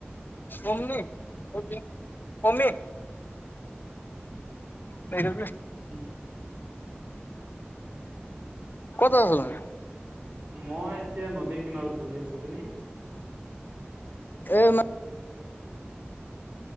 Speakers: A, on the left; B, on the right.
A: অমনি <unintelligible> কমনে নাই <unintelligible>
B: উম
A: ক'ত আছ তই?
B: মই এতিয়া নদীৰ কিনাৰত বহি আছো, তুমি?
A: এই মই